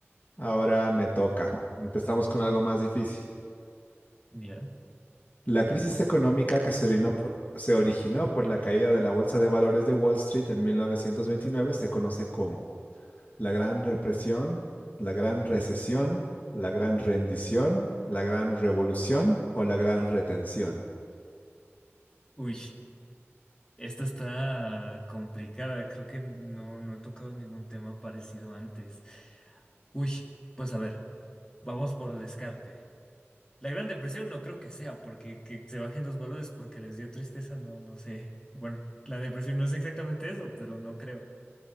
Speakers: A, on the left; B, on the left.
A: Ahora me toca. Empezamos con algo más difícil.
B: Ya.
A: La crisis económica que se orinó por- se originó por la caída de la Bolsa de Valores de Wall Street en 1929 se conoce como la Gran Represión, la Gran Recesión, la Gran Rendición, la Gran Revolución o la Gran Retención.
B: Uy. Esta está complicada, creo que no, no he tocado ningún tema parecido antes. Uy, pues a ver, vamos por descarte. La Gran Depresión no creo que sea, porque que se bajen los valores porque les dio tristeza, no, no sé. Bueno, la depresión no es exactamente eso, pero no creo.